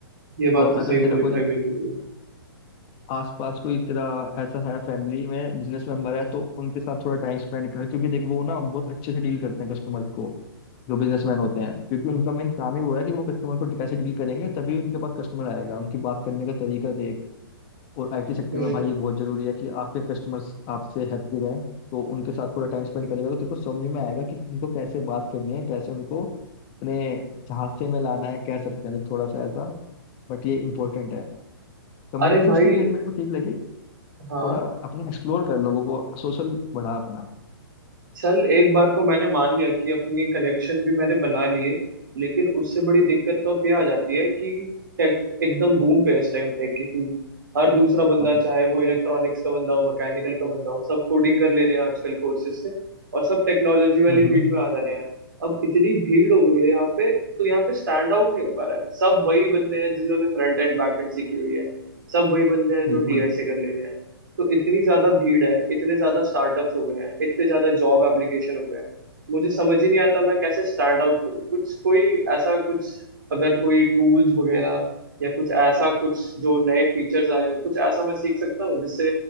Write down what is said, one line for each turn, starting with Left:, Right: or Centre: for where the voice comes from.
Right: ये बात
Left: और
Right: तो
Left: अगर
Right: सही
Left: तेरा
Right: बोली
Left: कोई
Right: भाई बिल्कुल बोली
Left: आसपास कोई तेरा ऐसा है फैमिली में बिजनेस मेंबर है तो उनके साथ थोड़ा टाइम स्पेंड कर क्योंकि देख वो ना बहुत अच्छे से डील करते हैं कस्टमर्स को जो बिजनेसमैन होते हैं क्योंकि उनका मेन काम ही वो है कि वो कस्टमर को कैसे डील करेंगे तभी उनके पास कस्टमर आएगा उनकी बात करने का तरीका देख और आईटी सेक्टर
Right: हम्म
Left: में भाई ये बहुत जरूरी है कि आपके कस्टमर्स आपसे हैप्पी रहें तो उनके साथ थोड़ा टाइम स्पेंड करेगा तो तेरे को समझ में आएगा कि उनको कैसे बात करनी है कैसे उनको अपने झांसे में लाना है कह सकते हैं देख थोड़ा सा ऐसा बट ये इंपॉर्टेंट है कम्युनिकेशन
Right: अरे भाई
Left: स्किल तेरी मेरे को ठीक लगी
Right: हाँ
Left: थोड़ा अपना एक्सप्लोर कर लोगों को सोशल बढ़ा अपना
Right: चल एक बार को मैंने मान लिया कि अपनी कलेक्शन भी मैंने बना लिए लेकिन उससे बड़ी दिक्कत तो अब ये आ जाती है कि टेक एकदम बूम पे है इस टाइम टेक की फील्ड हर दूसरा बंदा
Left: हाँ
Right: चाहे वो इलेक्ट्रॉनिक्स का बंदा हो मैकेनिकल का बंदा हो सब कोडिंग कर ले रहे हैं आजकल कोर्सेज से और सब टेक्नोलॉजी वाली
Left: हम्म
Right: फील्ड में आ जा रहे हैं अब इतनी भीड़ हो गई है यहाँ पे तो यहाँ पे स्टैंड आउट नहीं हो पा रहा है सब वही बंदे हैं जिन्होंने फ्रंट एंड बैक एंड सीखी हुई है सब वही बंदे हैं जो
Left: बिल्कुल
Right: डीएसए कर ले रहे हैं तो इतनी ज्यादा भीड़ है इतने ज्यादा स्टार्टअप्स हो गए हैं इतने ज्यादा जॉब एप्लीकेशन हो गए हैं मुझे समझ ही नहीं आता मैं कैसे स्टैंड आउट करूँ कुछ कोई ऐसा कुछ अगर कोई टूल्स वगैरह या कुछ ऐसा कुछ जो नए फीचर्स आए हो कुछ ऐसा मैं सीख सकता हूँ जिससे